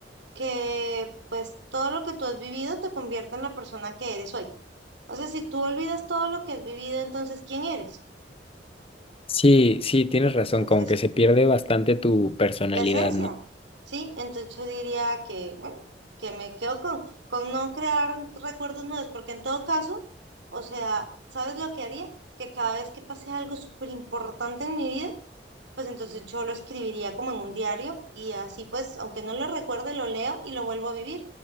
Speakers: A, on the right; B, on the left.
A: que pues todo lo que tú has vivido te convierte en la persona que eres hoy. O sea, si tú olvidas todo lo que has vivido, entonces ¿quién eres?
B: Sí, sí, tienes razón,
A: Entonces,
B: como que se pierde bastante tu personalidad,
A: la esencia,
B: ¿no?
A: ¿sí? Entonces yo diría que, bueno, que me quedo con, con no crear recuerdos nuevos, porque en todo caso, o sea, ¿sabes lo que haría? Que cada vez que pase algo súper importante en mi vida, pues entonces yo lo escribiría como en un diario y así pues, aunque no lo recuerde, lo leo y lo vuelvo a vivir,